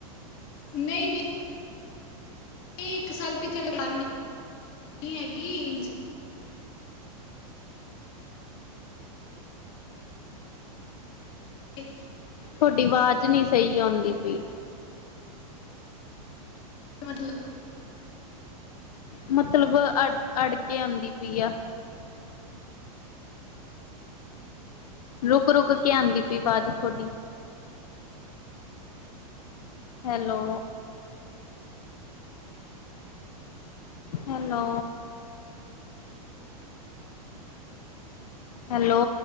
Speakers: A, on the left; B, on the left.
A: ਨਹੀਂ-ਨਹੀਂ। ਨਹੀਂ ਇੱਕ ਸਾਲ ਪਿੱਛੇ ਦੀ ਗਲ ਨਿ ਹੈਗੀ ਇੰ ਏ
B: ਤੁਹਾਡੀ ਆਵਾਜ਼ ਨੀ ਸਹੀ ਆਉਂਦੀ ਪਈ।
A: ਕੇ ਮਤਲਬ?
B: ਮਤਲਬ ਅੜ-ਅੜ ਕੇ ਆਉਂਦੀ ਪਈ ਆ। ਰੁਕ-ਰੁਕ ਕੇ ਆਉਂਦੀ ਪਈ ਆਵਾਜ਼ ਤੁਹਾਡੀ। ਹੈਲੋ। ਹੈਲੋ। ਹੈਲੋ।